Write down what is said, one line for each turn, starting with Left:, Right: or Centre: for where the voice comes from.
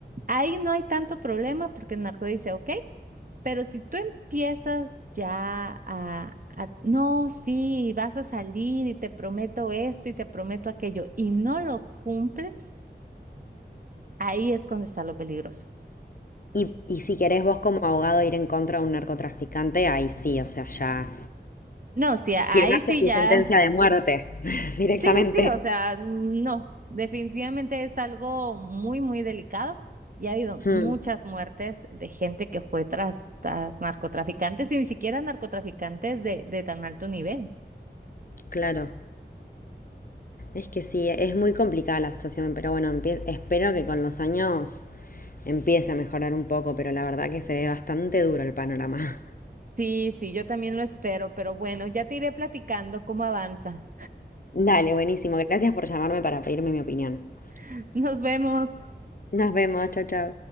Right: Ahí no hay tanto problema porque el narco dice, ok, pero si tú empiezas ya a, a, no, sí, vas a salir y te prometo esto y te prometo aquello y no lo cumples, ahí es cuando está lo peligroso.
Left: Y, y si querés vos como abogado ir en contra de un narcotraficante, ahí sí, o sea, ya
Right: No, sí, a-
Left: firmaste
Right: ahí sí
Left: tu
Right: ya.
Left: sentencia de muerte <laughs> directamente.
Right: Sí, sí, o sea, no, definitivamente es algo muy, muy delicado y ha habido muchas
Left: Mm,
Right: muertes de gente que fue tras, tras narcotraficantes y ni siquiera narcotraficantes de, de tan alto nivel.
Left: claro, es que sí, es muy complicada la situación, pero bueno, empie- espero que con los años empiece a mejorar un poco, pero la verdad que se ve bastante duro el panorama.
Right: Sí, sí, yo también lo espero, pero bueno, ya te iré platicando cómo avanza.
Left: Dale, buenísimo. Gracias por llamarme para pedirme mi opinión.
Right: <laughs> Nos vemos.
Left: Nos vemos. Chao, chao.